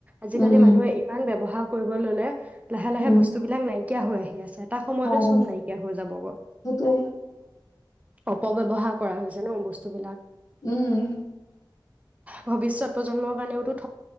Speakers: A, on the right; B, on the left.
A: আজিকালি
B: উম উম
A: মানুহে ইমান ব্যয়ৱহাৰ কৰিব ললে লাহে লাহে
B: উম
A: বস্তুবিলাক নাইকিয়া হৈ আহি আছে এটা সময়লৈ
B: হয়
A: চব নাইকিয়া হৈ যাবগৈ।
B: সেইটোয়ে
A: অপব্যবহাৰ কৰা হৈছে ন বস্তুবলাক।
B: উম।
A: ভৱিষ্যত প্ৰজন্মৰ কাৰণেও